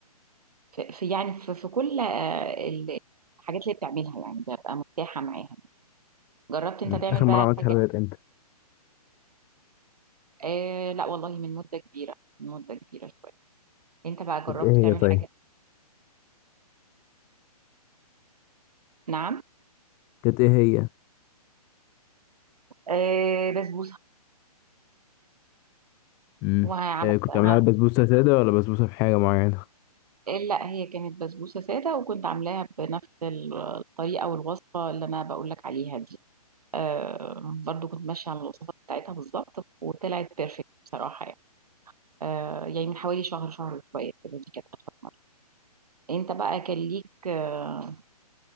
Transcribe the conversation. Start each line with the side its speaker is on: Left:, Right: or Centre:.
Right: في في- يعني في, في كل آه، ال- الحاجات اللي بتعملها يعني ببقى مرتاحة معاها جربت انت
Left: مم.
Right: تعمل
Left: اخر مرة
Right: بقى
Left: عملت
Right: حاجة
Left: حلويات امتى؟
Right: آه لا والله من مدة كبيرة من مدة كبيرة شوية انت بقى جربت
Left: كانت ايه هي
Right: تعمل
Left: طيب؟
Right: حاجة نعم
Left: كانت ايه هي
Right: آه بسبوسة
Left: امم
Right: وعملتها
Left: آه كنت عاملها
Right: ب-
Left: بسبوسة سادة ولا بسبوسة بحاجة معينة؟
Right: لا هي كانت بسبوسة سادة وكنت عاملاها بنفس الطريقة والوصفة اللي انا بقول لك عليها دي آه برضو كنت ماشية على الوصفة بتاعتها بالظبط وطلعت بيرفكت بصراحة يعني آه يعني من حوالي شهر شهر شوية كده دي كانت آخر مرة انت بقى كان ليك آه،